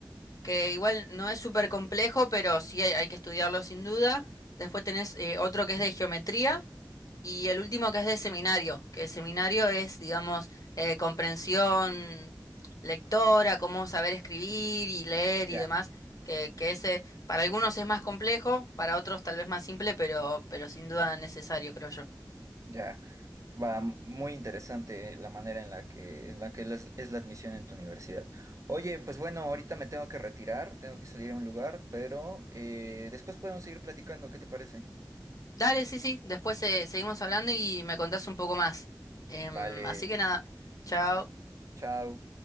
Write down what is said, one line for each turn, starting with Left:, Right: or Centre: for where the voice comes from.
Left: que igual no es súper complejo, pero sí hay, hay que estudiarlo sin duda. Después tenés eh, otro que es de geometría y el último que es de seminario, que el seminario es, digamos, eh, comprensión lectora, cómo saber escribir y leer
Right: ya,
Left: y demás, que, que ese para algunos es más complejo, para otros tal vez más simple, pero, pero sin duda necesario, creo yo.
Right: ya. Va muy interesante la manera en la que, en la que las- es, la admisión en tu universidad. Oye, pues bueno, ahorita me tengo que retirar, tengo que salir a un lugar, pero eh, después podemos seguir platicando, ¿qué te parece?
Left: Dale, sí, sí, después eh, seguimos hablando y me contás un poco más. Em,
Right: Vale,
Left: así que nada, chao.
Right: chao.